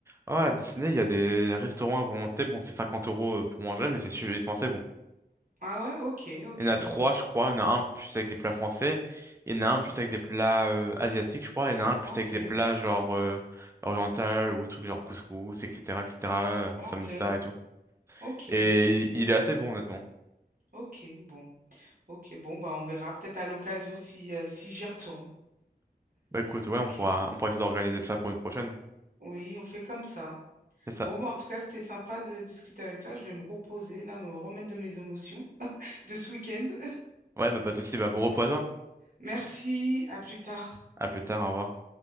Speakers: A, on the right; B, on the right.
A: Ah à Disney, il y a des restaurants à volonté. Bon, c'est 50 euros euh, pour manger, mais c'est su... c'est censé
B: Ah ouais, ok, ok,
A: Il y en a trois,
B: bon.
A: je crois. Il y en a un plus avec des plats français. Il y en a un plus avec des plats euh, asiatiques, je crois. Il y en a un plus
B: Ok,
A: avec des plats genre euh, oriental ou trucs genre couscous, etc., etc., euh,
B: ok,
A: samoussa et tout.
B: ok,
A: Et
B: ok,
A: il il est assez bon, honnêtement.
B: ok, bon. Ok, bon, bah on verra peut-être à l'occasion si, euh, si j'y retourne.
A: Bah écoute,
B: Ok.
A: ouais, on pourra, on pourra essayer d'organiser ça pour une prochaine.
B: Oui, on fait comme ça.
A: C'est ça.
B: Bon, bah, en tout cas, c'était sympa de discuter avec toi. Je vais me reposer, là, me remettre de mes émotions de ce week-end. <laughs>
A: Ouais, bah pas de souci. Bah bon repos à toi.
B: Merci, à plus tard.
A: À plus tard, au revoir.